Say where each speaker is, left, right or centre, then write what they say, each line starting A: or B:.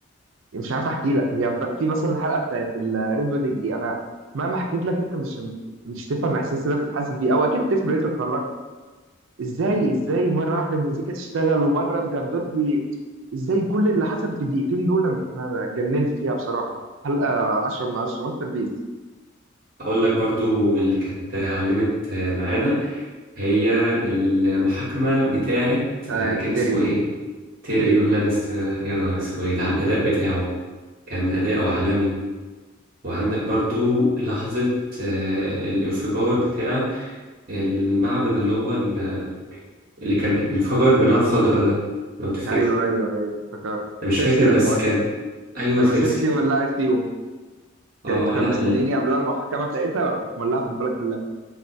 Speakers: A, on the right; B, on the right.
A: يعني مش عارف احكي لك يعني ف- في مثلا الحلقه بتاعت الريد ويدنج دي انا مهما حكيت لك انت مش مش تفهم الاحساس اللي أنا كنت حاسس بيه او اكيد تفهم انت اتفرجت ازاي ازاي مره واحده المزيكا تشتغل ومره الجردات ازاي كل اللي حصل في الدقيقتين دول لما- انا اتجننت فيها بصراحه حلقه 10 من 10 ماستر بيس
B: اقول لك برضو اللي كانت علمت معانا هي المحاكمه بتاعه
A: بتاعت
B: كان اسمه
A: تيريون
B: ايه تيريون
A: تيريون
B: لانستر يا نهار اسود على الاداء بتاعه كان اداؤه عالمي وعندك برضو لحظه آه، الانفجار بتاع المعبد اللي هو ال- اللي كان انفجر بنار خضراء ده لو تفتكره
A: ايوه ايوه ايوه افتكرت
B: انا مش
A: سيرسي
B: فاكر
A: لما
B: بس كان ايوه
A: لما
B: سيرسي
A: سيرسي ولعت فيهم
B: اه
A: كانت كانوا
B: آه، لا
A: مستنيين يعملوها المحاكمه بتاعتها وراحت مولعه في البلد كلها